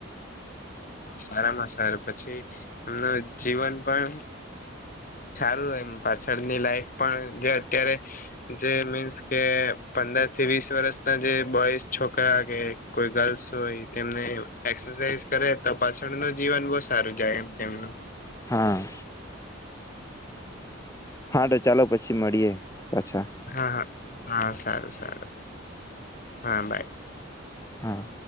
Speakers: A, on the left; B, on the left.
A: સારામાં સારું, પછી, એમનું જીવન પણ- સારું, એમ, પાછળની લાઈફ પણ જે અત્યારે- જે મીન્સ કે, પંદર થી વીસ વર્ષ ના જે બોઈસ છોકરા કે- -કોઈ ગર્લ્સ હોય, તેમને એક્સરસાઈઝ કરે તો પાછળ નુ જીવન બહુ સારું જાય એમ તેમનું.
B: હા હા, તો ચાલો, પછી મળીએે પાછા.
A: હા હા, હા સારું સારું, હા બાય.
B: હા